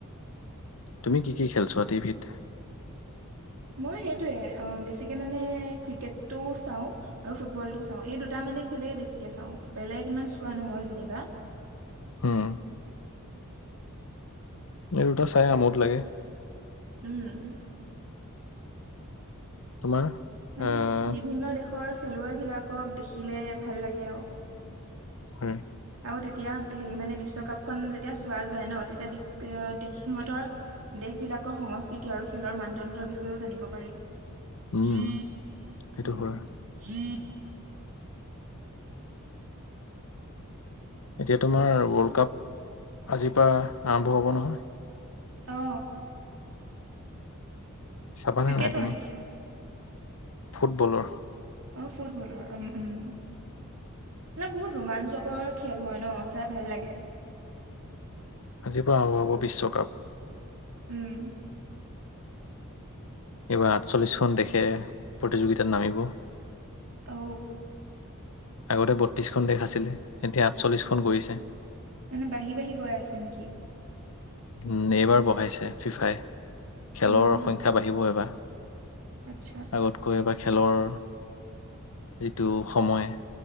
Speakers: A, on the left; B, on the right.
A: তুমি কি কি খেলছোৱা টি ভিত
B: মই সেইটোৱে বেছিকে মানে ক্ৰিকেটটো চাওঁ আৰু ফুটবলটো চাওঁ এই দুটা মানে খেলেই বেছিকে চাওঁ বেলেগ ইমান চোৱা নহয় যেনিবা
A: ও এই দুটা চাই আমোদ লাগে
B: উম
A: তোমাৰ
B: মানে
A: আহ
B: বিভিন্ন দেশৰ খেলুৱৈ বিলাকক দেখিলে ভাল লাগে আৰু
A: হয়
B: আৰু তেতিয়া হেৰি মানে বিশ্বকাপখন যেতিয়া চোৱা যায় ন তেতিয়া এ দেশি সিহঁতৰ দেশ বিলাকৰ সংস্কৃতি আৰু খেলৰ মানদণ্ডৰ বিষয়েও জানিব পাৰি
A: উম
B: উম
A: সেইটো
B: উম
A: হয়
B: <inaudible>
A: এতিয়া তোমাৰ ৱৰ্ল্ড কাপ আজিৰ পৰা আৰম্ভ হ'ব নহয়
B: ও
A: চাবা
B: ক্ৰিকেটৰ
A: নে নাই তুমি
B: নেকি
A: ফুটবলৰ
B: অ ফুটবলৰ উম উম উম বহুত ৰোমাঞ্চকৰ খেল হয় ন চাই ভাল লাগে
A: আজিৰ পৰা আৰম্ভ হ'ব বিশ্বকাপ
B: উম
A: এইবাৰ আঠচল্লিশখন দেশে প্ৰতিযোগিতাত নামিব
B: ঔ।
A: আগতে বত্ৰিশখন দেশ আছিলে যেতিয়া আঠচল্লিশখন কৰিছে।
B: মানে বাঢ়ি বাঢ়ি গৈ আছে নেকি?
A: উম এইবাৰ বহাইছে ফিফাই। খেলৰ
B: উম,
A: সংখ্যা বাঢ়িবই এইবাৰ।
B: আচ্ছা,
A: আগতকৈ এইবাৰ। খেলৰ যিটো সময়।